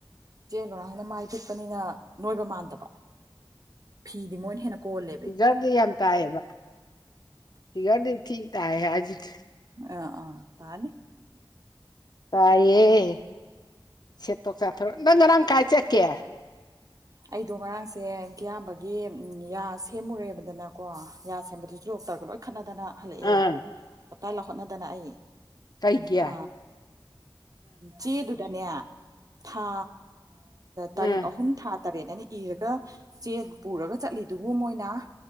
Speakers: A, on the right; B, on the left.
A: ꯆꯦ ꯂꯣꯏꯨꯔꯥꯡꯅ ꯃꯥꯏ ꯇꯤꯛꯄꯅꯤꯅ ꯅꯣꯏꯕ ꯃꯥꯟꯗꯕ ꯐꯤꯗꯤ ꯃꯣꯏꯅ ꯍꯦꯟꯅ ꯀꯣꯜꯂꯦꯕ
B: ꯐꯤꯒꯔꯗꯤ ꯌꯥꯝ ꯇꯥꯏꯌꯦꯕ ꯐꯤꯒꯔꯗꯤ ꯊꯤ ꯇꯥꯏ ꯍꯥꯏꯁꯤꯗꯤ
A: ꯑ ꯑꯥ ꯇꯅꯤꯦ
B: ꯇꯥꯏꯌꯦꯦ ꯁꯦꯠꯇꯣꯛ ꯆꯥꯊꯣꯛ ꯅꯪꯒꯔꯝ ꯀꯥꯏ ꯆꯠꯀꯦ
A: ꯑꯩꯗꯣ ꯉꯔꯥꯡꯁꯦ ꯀꯌꯥꯝꯕꯒꯤ ꯌꯥ ꯁꯦꯝꯃꯨꯔꯦꯕꯗꯅꯀꯣ ꯌꯥ ꯁꯦꯝꯕꯗꯨꯁꯨ ꯂ ꯗꯣꯛꯇꯔꯒ ꯂꯣꯏ ꯈꯠꯅꯗꯅ ꯍꯜꯂꯛꯑꯦ
B: ꯑꯥ
A: ꯍꯇ ꯂꯥꯎꯍꯠꯅꯗꯅ ꯑꯩ
B: ꯀꯩꯒꯤ
A: ꯑ
B: ꯑꯥ
A: ꯆ ꯑꯗꯨ ꯅꯦ ꯊꯥ
B: ꯑꯥ
A: ꯇꯥꯔꯤꯛ ꯑꯍꯨꯝ ꯊꯥ ꯇꯔꯦꯠ ꯑꯅ ꯏꯔꯒ ꯆꯦ ꯄꯨꯔꯒ ꯆꯠꯂꯤꯗꯨꯕꯨ ꯃꯣꯏꯅ